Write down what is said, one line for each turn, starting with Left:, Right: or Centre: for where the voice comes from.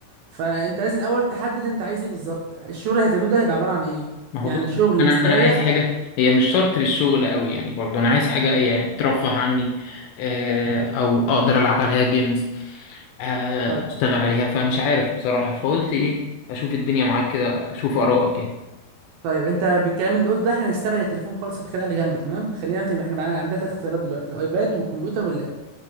Right: فانت لازم الاول تحدد انت عايز ايه بالظبط الشغل اللي هتعمله ده هيبقى عبارة عن ايه
Left: ما هو
Right: يعني
Left: بص
Right: شغل
Left: انا
Right: مستريح
Left: انا عايز حاجه هي مش شرط للشغل قوي يعني برضو انا عايز حاجه يعني ترفه عني آه، او اقدر العب عليها جيمز آه،
Right: طيب
Left: اشتغل عليها فمش عارف بصراحه فقلت ايه اشوف الدنيا معاك كده اشوف ارائك يعني
Right: طيب انت بالكلام اللي انت قلته ده احنا هنستبعد التليفون خالص هنخليه على جنب تمام خلينا احنا بقى عندنا تلات اختيارات دلوقتي الايباد والكمبيوتر واللاب